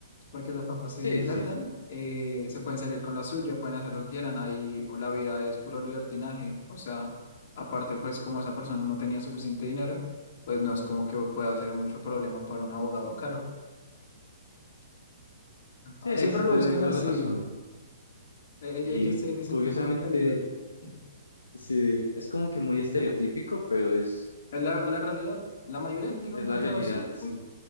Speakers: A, on the left; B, on the left.
A: porque los papás tienen
B: sí.
A: plata,
B: sí,
A: eh, se pueden salir con la suya, pueden hacer lo que quieran, ahí la vida es puro libertinaje, o sea, aparte pues como esa persona no tenía suficiente dinero, pues no es como que pueda ser mucho problema para un abogado caro. Ah,
B: Sí, ahí
A: Siempre
B: sí
A: lo
B: te
A: buscan
B: doy toda
A: así.
B: la razón.
A: E- e-
B: Y
A: Ellos tienen ese
B: curiosamente,
A: tipo de mentalidad. Sí.
B: sí, es como que muy estereotípico, pero es,
A: Es la, la realidad. La mayoría de gente que
B: es
A: me he encontrado
B: la realidad,
A: sí
B: sí.
A: uy,